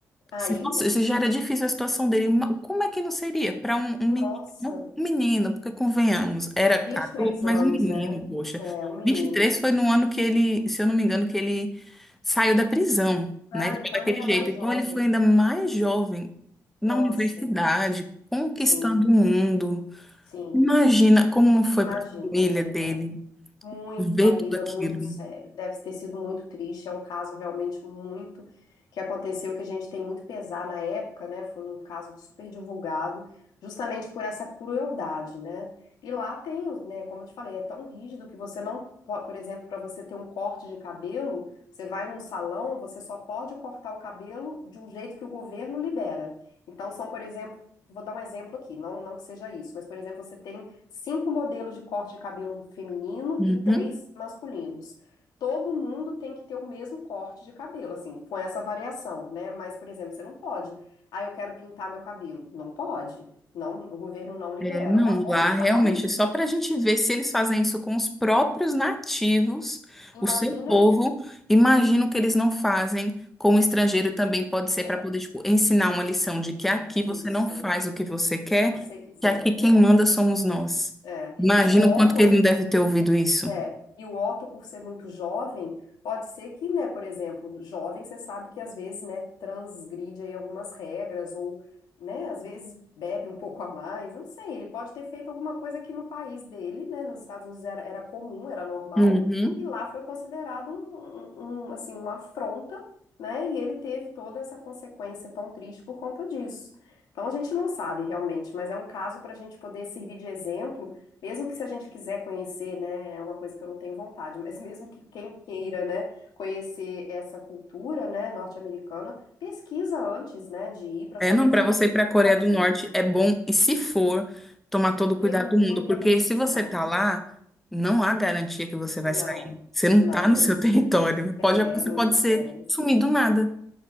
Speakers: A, on the left (about 80°); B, in the centre.
A: Aí,
B: Se fosse- se já era difícil a situação dele, ma- como é que não seria para um, um
A: nossa,
B: menino? Um menino, porque convenhamos, era
A: vinte
B: adulto,
A: e três
B: mas
A: anos,
B: um menino,
A: né?
B: poxa.
A: É, um menino.
B: Vinte e três foi no ano que ele, se eu não me engano, que ele saiu da prisão,
A: Ah,
B: né? Ele
A: então
B: foi Daquele
A: ele era
B: jeito.
A: mais
B: Então
A: jovem.
B: ele foi ainda mais jovem na
A: Nossa,
B: universidade, conquistando
A: sim,
B: o mundo.
A: sim.
B: Imagina como não foi
A: Imagina.
B: para a família dele
A: é. Muito,
B: ver
A: amiga,
B: tudo aquilo.
A: muito sério. Deve ter sido muito triste. É um caso realmente muito que aconteceu, que a gente tem muito pesar na época, né? Foi um caso super divulgado, justamente por essa crueldade, né? E lá tem, os, né? Como eu te falei, é tão rígido que você não pode, por exemplo, para você ter um corte de cabelo, você vai num salão, você só pode cortar o cabelo de um jeito que o governo libera. Então, são, por exemplo, vou dar um exemplo aqui, não, não que seja isso, mas, por exemplo, você tem cinco modelos de corte de cabelo feminino
B: Uhum.
A: e três masculinos. Todo mundo tem que ter o mesmo corte de cabelo, assim, com essa variação, né? Mas, por exemplo, você não pode. Ah, eu quero pintar meu cabelo. Não pode. Não, o governo não libera.
B: É, não,
A: Ó- Olha,
B: lá
A: o
B: realmente
A: ta- olha, o-
B: é só para a gente ver se eles fazem isso com os próprios nativos,
A: imagina,
B: o seu povo. Imagino que eles não fazem com o estrangeiro também, pode ser
A: é,
B: para poder, tipo, ensinar uma lição de que aqui
A: isso,
B: você não faz o que você quer,
A: o que você quiser.
B: que aqui quem
A: É,
B: manda somos nós.
A: é.
B: Imagino
A: E o Walton
B: o quanto que ele não deve ter ouvido isso.
A: É, e o Otto, por ser muito jovem, pode ser que, né, por exemplo, jovem, você sabe que às vezes, né, transgride aí algumas regras ou, né, às vezes bebe um pouco a mais, eu não sei, ele pode ter feito alguma coisa que no país dele, né, nos Estados Unidos era, era comum, era normal,
B: Uhum.
A: e lá foi considerado um, um, um, assim, uma afronta, né, e ele teve toda essa consequência tão triste por conta disso. Então a gente não sabe realmente, mas é um caso para a gente poder servir de exemplo mesmo que se a gente quiser conhecer, né, é uma coisa que eu não tenho vontade, mas mesmo que quem queira, né, conhecer essa cultura, né, norte-americana, pesquisa antes, né, de ir para
B: É,
A: saber
B: não,
A: exatamente
B: para você ir para
A: o
B: a Coreia
A: que pode
B: do
A: ser
B: Norte
A: feito.
B: é bom, e se for, tomar todo o cuidado
A: Tem muita
B: do mundo, porque
A: restrição.
B: se você tá lá, não há garantia que você vai
A: Não,
B: sair. Você não
A: não
B: tá
A: mesmo.
B: no seu <laughs> território. Pode,
A: É
B: você
A: muito
B: pode
A: sério.
B: ser sumido do nada,